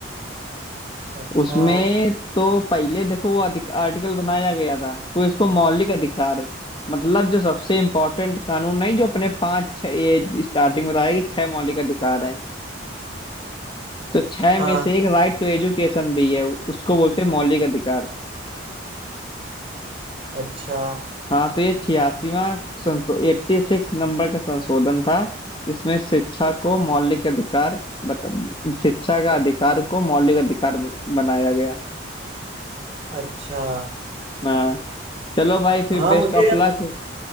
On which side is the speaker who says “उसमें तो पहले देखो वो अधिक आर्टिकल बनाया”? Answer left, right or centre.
Left